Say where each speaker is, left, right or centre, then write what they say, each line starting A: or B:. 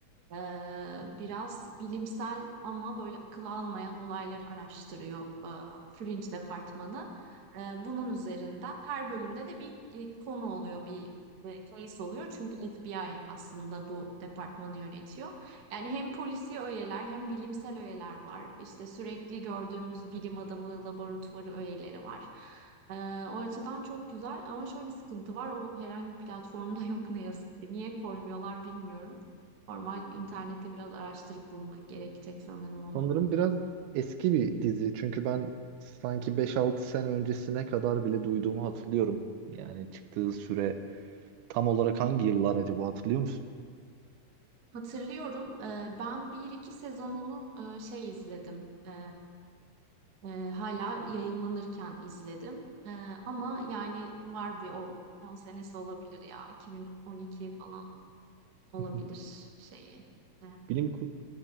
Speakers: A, on the right (about 70°); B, on the right (about 85°).
A: Ee, biraz bilimsel ama böyle akıl almayan olayları araştırıyor e, Fringe departmanı. Ee, bunun üzerinden her bölümde de bir e, konu oluyor, bir e, case oluyor. Çünkü FBI aslında bu departmanı yönetiyor. Yani hem polisi öğeler hem bilimsel öğeler var. İşte sürekli gördüğümüz bilim adamı laboratuvarı öğeleri var. Ee, o açıdan çok güzel ama şöyle bir sıkıntı var. O herhangi bir platformda yok ne yazık ki. Niye koymuyorlar bilmiyorum. Normal internette biraz araştırıp bulmak gerekecek sanırım onu.
B: Sanırım biraz eski bir dizi. Çünkü ben sanki beş altı sene öncesine kadar bile duyduğumu hatırlıyorum. Yani çıktığı süre tam olarak hangi yıllar acaba hatırlıyor musun?
A: Hatırlıyorum e, ben bir iki sezonunu e, şey izledim. E, e, hala yayınlanırken izledim. E, ama yani var bir o 10 senesi olabilir ya. 2012 falan olabilir
B: <laughs>
A: şeyi. E,
B: Bilim kur